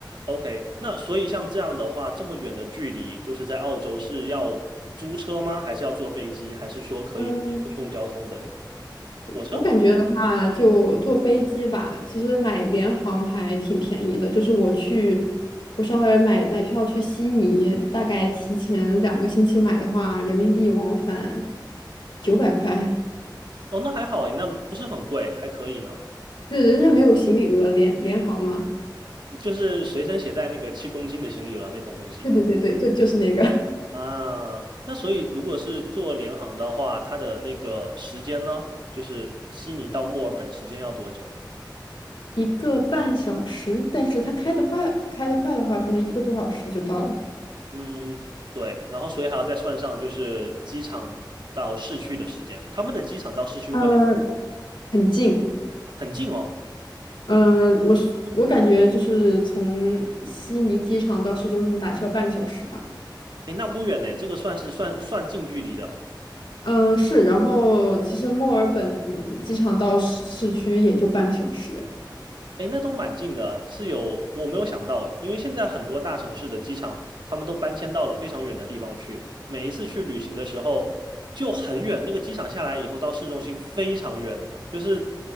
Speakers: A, on the right; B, on the left.
A: OK，那所以像这样的话，这么远的距离，就是在澳洲是要租车吗？还是要坐飞机？还是说可以坐公共交通的
B: 嗯 <laughs>，
A: 火车？
B: 我感觉的话，就坐飞机吧。其实买联航还挺便宜的，就是我去，我稍微买买票去悉尼，大概提前两个星期买的话，人民币往返九百块。
A: 哦，那还好哎，那不是很贵，还可以呢。
B: 对人家没有行李额，联联航嘛。
A: 就是随身携带那个七公斤的行李额那种东西
B: 对对对对，就就是那个。
A: 啊。那所以如果是坐联航的话，它的那个时间呢，就是悉尼到墨尔本时间要多久？
B: 一个半小时，但是它开得快，开得快的话，可能一个多小时就到了。
A: 嗯，对。然后所以还要再算上就是机场到市区的时间，他们的机场到市区会
B: 呃，很近。
A: 很近哦。
B: 嗯，我是我感觉就是从悉尼机场到市中心打车半个小时吧。
A: 诶，那不远呢，这个算是算算近距离的。
B: 嗯、是。然后其实墨尔本机场到市市区也就半个小时。
A: 哎，那都蛮近的啊，是有，我没有想到哎，因为现在很多大城市的机场，他们都搬迁到了非常远的地方去。每一次去旅行的时候就很远，那个机场下来以后到市中心非常远，就是